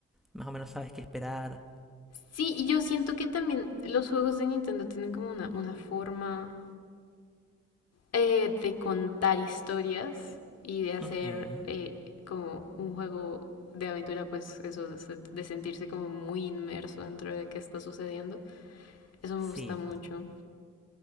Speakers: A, in the centre; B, on the left.
A: más o menos sabes qué esperar.
B: Sí, y yo siento que también los juegos de Nintendo tienen como una, una forma eh, de contar historias y de hacer
A: Ujú,
B: eh, como un juego de aventura, pues eso, de se- de sentirse como muy inmerso dentro de qué está sucediendo. Eso me
A: Sí,
B: gusta mucho.